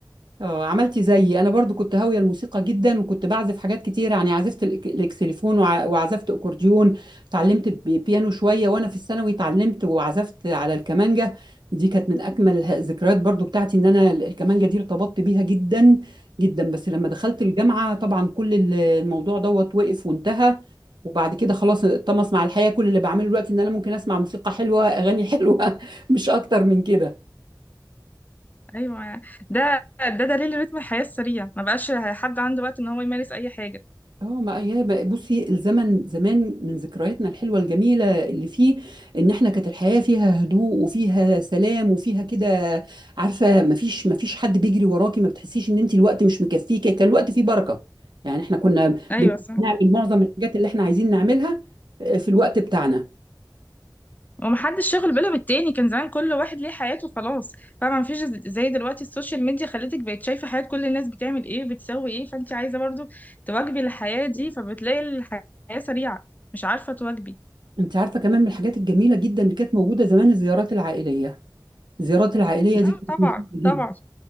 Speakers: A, on the right (about 80°); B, on the left (about 20°).
A: اه عملتي زيي انا برضو كنت هاويه الموسيقى جدا وكنت بعزف حاجات كتير يعني عزفت الإك- الاكسليفون وع- وعزفت اكورديون اتعلمت بي- بيانو شويه وانا في الثانوي اتعلمت وعزفت على الكمانجه دي كانت من اجمل الح- الذكريات برضو بتاعتي ان انا ال- الكمانجه دي ارتبطت بيها جدا جدا بس لما دخلت الجامعه طبعا كل ال- الموضوع دوت وقف وانتهى وبعد كده خلاص اتطمس مع الحياه كل اللي بعمله دلوقتي ان انا ممكن اسمع موسيقى حلوه اغاني حلوه <laughs> مش اكتر من كده
B: ايوه ده ده دليل رتم الحياه السريع ما بقاش حد عنده وقت ان هو يمارس اي حاجه
A: اه ما هي بقى- بصي الزمن زمان من ذكرياتنا الحلوه الجميله اللي فيه ان احنا كانت الحياه فيها هدوء وفيها سلام وفيها كده عارفه ما فيش ما فيش حد بيجري وراكي ما بتحسيش ان انت الوقت مش مكفيكي كان الوقت فيه بركه يعني احنا كنا
B: ايوه
A: بن-
B: صح
A: بنعمل معظم الحاجات اللي احنا عايزين نعملها آه، في الوقت بتاعنا
B: ومحدش شاغل باله بالتاني كان زمان كل واحد ليه حياته خلاص فما مفيش زي دلوقتي السوشيال ميديا خلتك بقت شايفه حياه كل الناس بتعمل ايه بتسوي ايه فانت عايزه برضو تواكبي الحياه دي فبتلاقي الحياه سريعه مش عارفه تواكبي
A: انت عارفه كمان من الحاجات الجميله جدا اللي كانت موجوده زمان الزيارات العائليه الزيارات العائليه دي
B: اه
A: كانت
B: طبعا
A: مهمه
B: طبعا